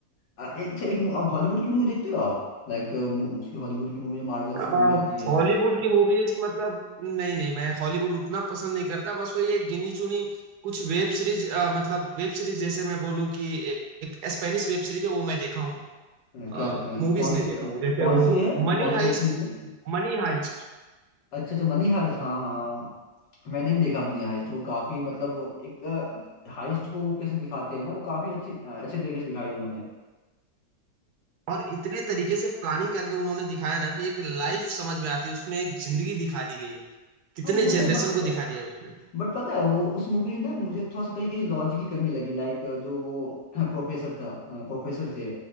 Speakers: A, on the left; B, on the right.
A: अ, ए- अच्छा एक मु- आप हॉलीवुड की मूवी देखते हो आप लाइक उसकी हॉलीवुड की मूवी जो मार्वल्स
B: अ,
A: की मूवी आती है
B: हॉलीवुड की मूवीज मतलब नहीं नहीं मैं हॉलीवुड उतना पसंद नहीं करता बस वही एक गिनी चुनी कुछ वेब सीरीज मतलब वेब सीरीज जैसे मैं बोलूं कि ए- एक स्पेनिश वेब सीरीज है वो मैं देखा हूँ
A: अ, क्या अ,
B: मूवीज
A: कौन
B: नहीं
A: सी
B: देखा
A: अ,
B: हूँ जैसे
A: कौन
B: वो
A: सी है
B: मनी
A: कौन सी
B: हाइस्ट
A: वेब सीरीज है
B: Money Heist
A: अच्छा अच्छा मनी हाइस्ट हाँ हाँ हाँ। मैंने भी देखा मनी हाइस्ट वो काफी मतलब एक अ, हाइस्ट को वो कैसे दिखाते हैं ना वो काफी अच्छी अच्छे तरीके से दिखाई है उन्होंने
B: और इतने तरीके से प्लानिंग करके उन्होंने दिखाया ना कि एक लाइफ समझ में आती है उसमें एक जिंदगी दिखा दी गई है कितने
A: हाँ वो तो
B: जनरेशन
A: बट
B: को दिखा दिया है उसमें
A: बट पता है वो उस मूवी में ना मुझे थोड़ा सा कहीं कहीं लॉजिक की कमी लगी लाइक जो वो <clears throat> प्रोफेसर था प्रोफेसर थे